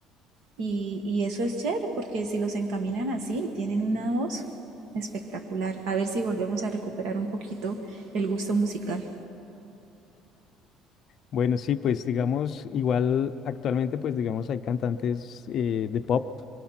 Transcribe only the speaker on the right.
Y, y eso es chévere porque si los encaminan así, tienen una voz espectacular. A ver si volvemos a recuperar un poquito el gusto musical.